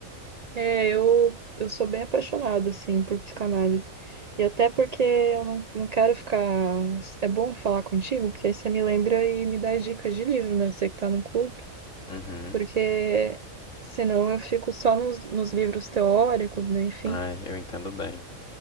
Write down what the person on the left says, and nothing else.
Uhum.
Ai, eu entendo bem.